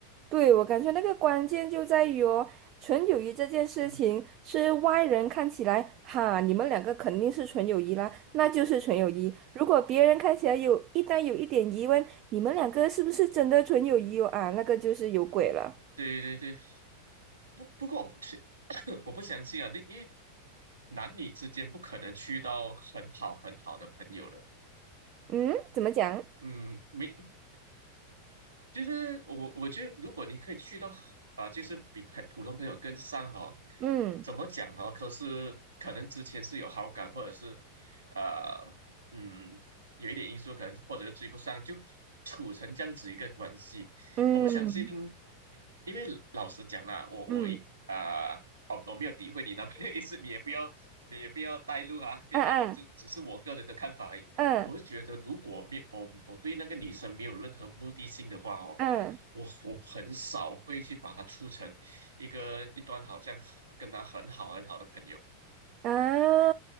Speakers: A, on the right; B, on the right.
A: 对，我感觉那个关键就在于哦，纯友谊这件事情是外人看起来，
B: 嗯哼
A: 哈，你们两个肯定是纯友谊啦，那就是纯友谊。如果别人看起来有一旦有一点疑问，你们两个是不是真的纯友谊哦？啊，那个就是有鬼了。
B: 对对对，不不过我不去，<coughs> 我不相信啊，因因为男女之间不可能去到很好很好的朋友的，
A: 嗯，怎么讲？
B: 嗯，没就是我，我觉得如果你可以去到啊，就是比普普通朋友更上哈，
A: 嗯
B: 怎么讲哦？可是可能之前是有好感，或者是呃，嗯，有一点因素，可能或者是追不上，就处成这样子一个关系。
A: 嗯
B: 我不相信，因为老实讲啦，我我一啊、
A: 嗯，<laughs>
B: 哦，我没有诋毁你男朋友意思，你也不要，你也不要带路啊，不要带路，
A: 嗯
B: 这只是我个人的看法而已。
A: 嗯嗯
B: 我是觉得，如果没有我我对那个女生没有任何目的性的话哦，
A: 嗯。
B: 我我很少会去把她处成一个一段好像很跟她很好很好的朋友。
A: 啊